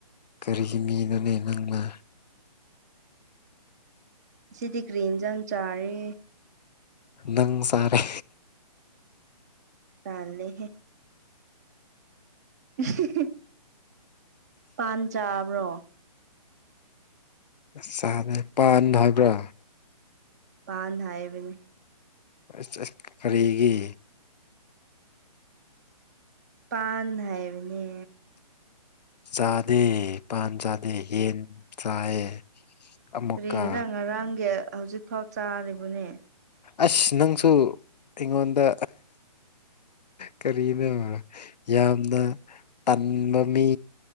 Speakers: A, on the left; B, on the right.
A: ꯀꯔꯤꯒꯤ ꯃꯤꯅꯣꯅꯦ ꯅꯪꯂ
B: ꯁꯤꯗꯤ ꯀ꯭ꯔꯤ ꯏꯟꯖꯥꯡ ꯆꯥꯔꯦ
A: ꯅꯪ ꯆꯥꯔꯦ
B: ꯇꯜꯂꯦꯍꯦ <unintelligible> ꯄꯥꯟ ꯆꯥꯕ꯭ꯔꯣ
A: ꯆꯥꯅ ꯄꯥꯥꯟ ꯍꯥꯏꯕ꯭ꯔ
B: ꯄꯥꯟ ꯍꯥꯏꯕꯅꯦ
A: ꯑꯁ ꯑꯁ ꯀꯔꯤꯒꯤ
B: ꯄꯥꯟ ꯍꯥꯏꯕꯅꯦ
A: ꯆꯥꯗꯦ ꯄꯥꯟ ꯆꯥꯗꯦ ꯌꯦꯟ ꯆꯥꯏꯌꯦ ꯑꯃꯨꯛꯀ
B: ꯀꯔꯤꯒꯤꯔ ꯉꯔꯥꯡꯒꯤ ꯍꯧꯖꯤꯛꯐꯥꯎ ꯆꯥꯔꯤꯕꯅꯦ
A: ꯑꯁ ꯅꯪꯁꯨ ꯑꯩꯉꯣꯟꯗ ꯀꯔꯤꯅꯣꯕ ꯌꯥꯝꯅ ꯇꯟꯕ ꯃꯤ